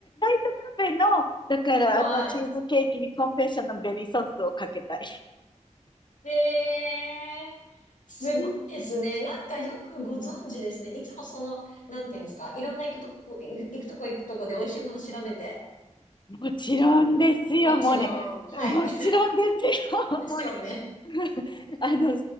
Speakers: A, on the left; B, on the left.
A: トカフェの、だからあのチーズケーキにコンフェッションのベリーソースをかけたい。
B: はい。で、すごいですね。
A: うん
B: なんかよくご存知ですね。いつもその、なんていうんですか。いろんな行くとこ、行く行くとこ行くとこで美味しいもの調べて。
A: もちろんですよ、
B: もちろん。
A: もうね。
B: はい。
A: もちろんですよ。
B: <laughs> ですよね。
A: もうね <laughs> あの、